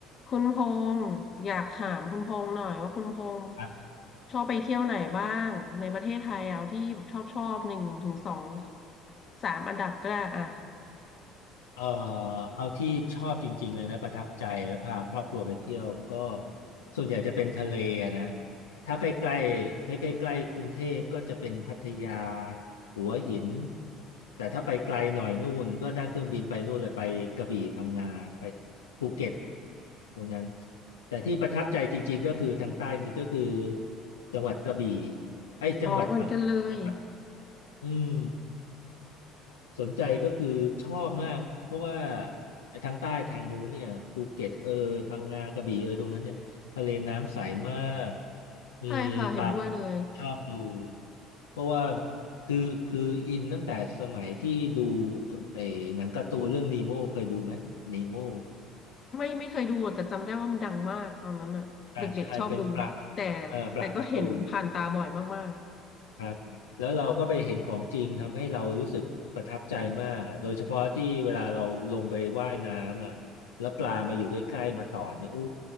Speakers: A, on the left; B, on the left.
A: คุณพงษ์อยากถามคุณพงษ์หน่อยว่าคุณพงษ์
B: ครับ
A: ชอบไปเที่ยวไหนบ้างในประเทศไทยเอาที่แบบชอบชอบหนึ่งถึงสองสามอันดับก็ได้อ่ะ
B: เอ่อเอาที่ชอบจริงๆเลยนะประทับใจแล้วพาครอบครัวไปเที่ยวก็ส่วนใหญ่จะเป็นทะเลอะนะถ้าใกล้ๆถ้าใกล้ๆกรุงเทพก็จะเป็นพัทยาหัวหินแต่ถ้าไปไกลหน่อยนู่นก็นั่งเครื่องบินไปนู่นเลยไปกระบี่พังงาไปภูเก็ตตรงนั้นแต่ที่ประทับใจจริงๆก็คือทางใต้นี้ก็คือจังหวัดกระบี่ไอ้ยจังหวัดพังจังหวัด
A: อ๋อเหมือนกันเลย
B: อืม สนใจก็คือชอบมากเพราะว่าไอ้ทางใต้ทางนู้นเนี่ยภูเก็ตเอยพังงากระบี่เอยตรงนั้นเนี่ยทะเลน้ำใสมากมีปลา
A: ใช่ค่ะเห็นด้วยเลย
B: ชอบดูเพราะว่าคือคืออินตั้งแต่สมัยที่ดูไอ้หนังการ์ตูนเรื่องนีโม่เคยดูไหมนีโม่
A: ไม่ไม่เคยดูแต่จำได้ว่ามันดังมากตอนนั้นน่ะเด็กๆชอบดู
B: ใช่ใช่เป็นปลา
A: แต่
B: เอ่อปลาการ์ตูน
A: แต่ก็เห็นผ่านตาบ่อยมาก
B: ครับแล้วเราก็ไปเห็นของจริงทำให้เรารู้สึกประทับใจมากอะโดยเฉพาะที่เวลาเราลงไปว่ายน้ำอ่ะแล้วปลามาอยู่ใกล้ๆมาตอดเนี่ยอู้